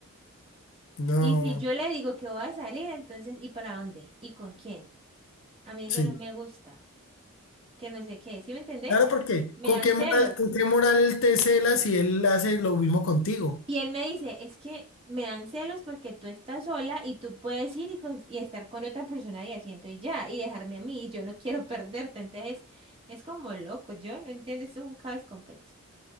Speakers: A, on the left; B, on the right.
A: No,
B: Y si yo le digo que voy a salir, entonces, ¿y para dónde? ¿Y con quién? A mí eso
A: sí.
B: no me gusta, que no sé qué, ¿sí me entendés?
A: Claro, porque
B: Me
A: ¿con
B: dan
A: qué
B: celos.
A: moral, con qué moral él te cela si él hace lo mismo contigo?
B: Y él me dice, es que me dan celos porque tú estás sola y tú puedes ir y, cons- y estar con otra persona y asiento y ya, y dejarme a mí, y yo no <laughs> quiero perderte. Entonces, es como loco, yo no entiendo, esto es un caos completo.